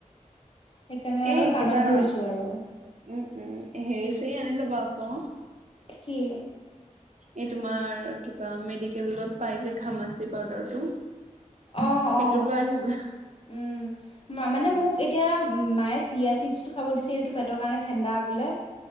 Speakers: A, on the left (about 45°); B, on the right (about 65°).
A: সেইকাৰণে
B: এ
A: আৰু কাণত
B: কিবা
A: ধৰিছো
B: উম।
A: আৰু
B: উম হেৰি চেৰি আনি লবা আক
A: কি
B: এই তোমাৰ কিবা মেডিকেলত পাই যে ঘামচি পাউদাৰটো।
A: অ
B: সেইটো
A: অ
B: লৈ আহিবা
A: উম মানে মোক এতিয়া মায়ে চিয়া চিড টো খাব দিছ সেইটো পেৰ কাৰণে ঠাণ্ডা বোলে।